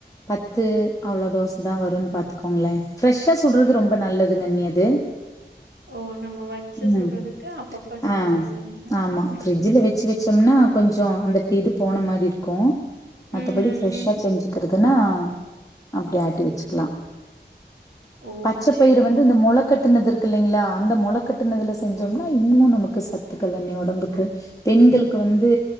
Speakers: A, on the left; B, on the right.
A: பத்து அவ்ளோ தோசதா வருன்னு பாத்துக்கோங்களே ஃப்ரெஷ்ஷா சுடறது
B: ம்
A: ரொம்ப நல்லது கண்ணிது
B: ஓ நம்ம வச்சு சுட்றதுக்கு
A: ம்
B: அப்பப்ப செஞ்சு
A: ஆ
B: செஞ்சு
A: ஆமா
B: ஓகே
A: ஃபரிட்ஜல
B: ஓகே
A: வச்சி வச்சோம்னா கொஞ்சோ அந்த கிது போன மாரி இருக்கு மத்தபடி
B: ம்
A: ஃரெஷ்ஷா செஞ்சுக்கிறதுன்னா அப்பிடி ஆட்டி வச்சிக்கலா
B: ஓ
A: பச்ச
B: சேரிண்ண
A: பயரு வந்து இந்த முல கட்டுனதுற்க் க்ல்லைங்களா அந்த முல கட்டுனதுல செஞ்சோம்னா இன்னமு நமக்கு சத்து கல்யாண்ணிய ஒடம்புக்கு பெண்களுக்கு வந்து